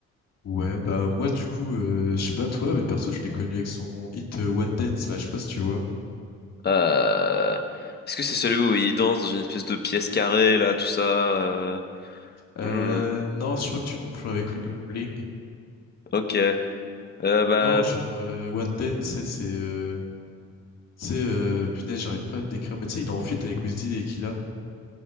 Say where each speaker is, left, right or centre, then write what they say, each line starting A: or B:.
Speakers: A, on the left; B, on the left.
A: ouais, bah moi du coup, euh, je sais pas toi, mais perso, je l'ai connu avec son hit euh, One Dance là, je sais pas si tu vois.
B: Euh, est-ce que c'est celui où il danse dans une espèce de pièce carrée, là, tout ça? euh,
A: Euh,
B: hmm,
A: non, je crois que tu confonds avec Hotline Bling.
B: ok. Euh, bah,
A: Non, genre euh, One Dance, c'est c'est, euh, Tu sais, euh, punaise, j'arrive pas à te décrire. Mais tu sais, il est en feat avec Wizkid et qu'il a